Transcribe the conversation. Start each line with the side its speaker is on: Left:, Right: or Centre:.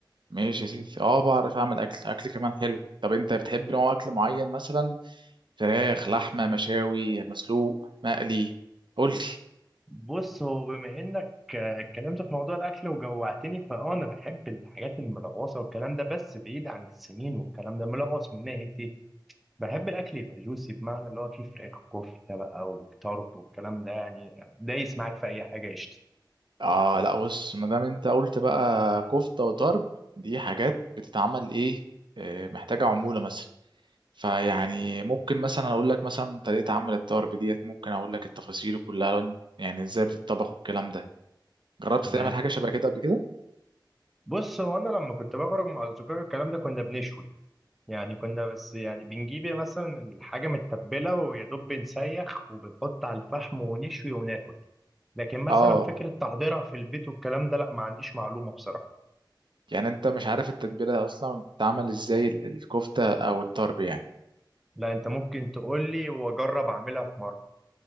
Right: ماشي يا سيدي اه بعرف اعمل اكل اكل كمان حلو طب انت بتحب نوع اكل معين مثلا فراخ لحمة مشاوي مسلوق مقلي قول لي
Centre: بص هو بما انك آه، اتكلمت في موضوع الاكل وجوعتني فاه انا بحب الحاجات الملغوصه والكلام ده بس بعيد عن السمين والكلام ده ملغوص من ناحيه ايه بحب الاكل يبقى جوسي بمعنى اللي هو فيه فراخ كفته بقى وطرب والكلام ده يعني دايس معاك في اي حاجه قشطه
Right: اه لا بص ما دام انت قلت بقى كفتة وطرب دي حاجات بتتعمل ايه آه، محتاجة عمولة مثلا فيعني ممكن مثلا اقول لك مثلا طريقة عمل الطرب ديت ممكن اقول لك التفاصيل كلها يعني ازاي بتطبخ والكلام ده جربت
Centre: تمام
Right: تعمل حاجة شبه كده قبل كده
Centre: بص هو انا لما كنت بخرج مع اصدقائي الكلام ده كنا بنشوي يعني كنا بس يعني بنجيب مثلا الحاجه متبله ويا دوب بنسيخ وبنحط على الفحم ونشوي وناكل لكن مثلا
Right: اه
Centre: فكرة تحضيرها في البيت والكلام ده لا ما عنديش معلومة بصراحة
Right: يعني انت مش عارف التتبيلة اصلا بتتعمل ازاي ال- الكفتة او الطرب يعني
Centre: لا انت ممكن تقول لي واجرب اعملها في مرة